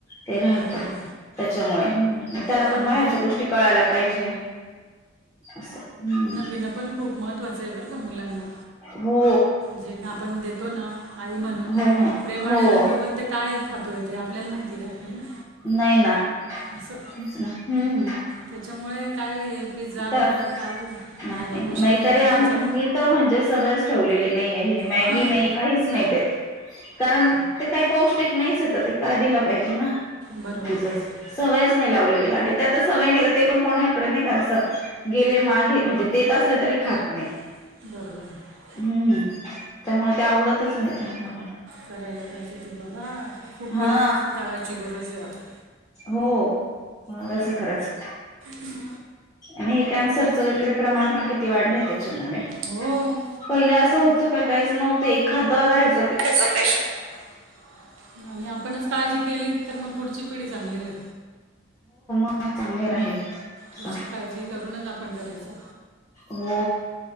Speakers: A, on the left; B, on the right.
A: ते राहतो
B: बरोबर
A: त्याच्यामुळे ह त्याला
B: खाणं
A: पण बाहेरच्या गोष्टी कळायला पाहिजे? अस हम्म.
B: खेळन न पण खूप महत्त्वाचं आहे बर का मुलांना.
A: हो
B: जे आपण देतो ना आई म्हणून.
A: हो हो
B: प्रेमाणे
A: हो
B: देतो पण ते काय खातोय ते. आपल्याला माहिती राहत नाही ना
A: नाही ना तेच
B: असं
A: ना हम्म
B: त्याच्यामुळे काय हे पिझ्झा
A: तर
B: बर्गर काय
A: नाही
B: या गोष्टी
A: नाहीतरी
B: मैद्याच्या.
A: आम मी तर म्हणजे सवयच ठेवलेली नाही आहे मॅगी
B: हां
A: नाही काहीच नाही देत. कारण ते काही पौष्टिक नाहीच येत ते काय दिलं पाहिजे ना?
B: बरोबर
A: ती
B: बरोबर
A: सवयच नाही लावलेली आणि ते आता सवय नाही ते पण कोणाकडे नाही का अस- गेले मागे म्हणजे देत असले तरी खात नाहीत.
B: हम
A: हम्म त्यामुळे ते आवडतच नाही त्यांना पन
B: करायला पाहिजे ते बाबा खूप
A: हा
B: गरजेच काळाची गरज आहे आता
A: हो रज खरंच
B: हम्म
A: आणि हे कॅन्सरच वगैरे प्रमाण पण किती वाढलं त्याच्यामुळे
B: हो
A: पहिल असं होत होत का काहीच नव्हतं एखादं राईज
B: आणि आपणच काळजी केली तर मग पुढची- पिढी चांगली रे.
A: आत्ताच चांगले राहील. असं.
B: थोडीशी काळजी करूनच आपण करायचं.
A: हो